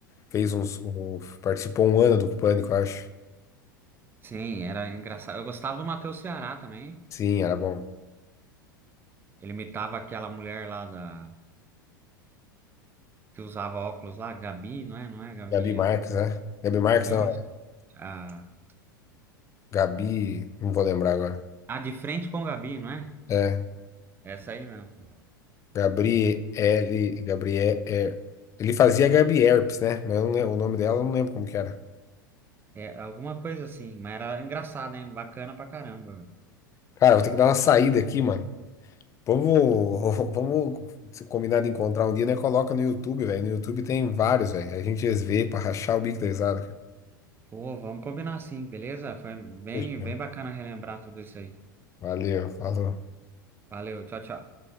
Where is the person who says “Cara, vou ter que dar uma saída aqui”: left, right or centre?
Left